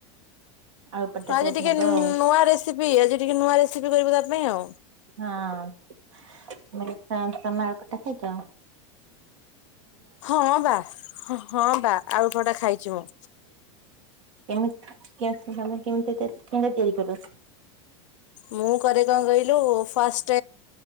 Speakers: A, on the right; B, on the left.
A: ଆଳୁ ପରଟା
B: ସହଜେ
A: ଆଜି
B: ଟିକେ
A: ହବ ଆଉ
B: ନୂଆ ରେସିପି, ଆଜି ଟିକେ ନୂଆ ରେସିପି କରିବୁ ତା ପାଇଁ ଆଉ।
A: ହଁ। ମୁଁ କହିଲି ତମେ ଆଳୁ ପରଟା ଖାଇଚ?
B: ହଁ ବା, ହଁ ବା ଆଳୁ ପରଟା ଖାଇଚି ମୁଁ।
A: କେମତି <unintelligible> କେମିତି ତିଆରି କଲ?
B: ମୁଁ କରେ କଣ କହିଲୁ, ଫାଷ୍ଟ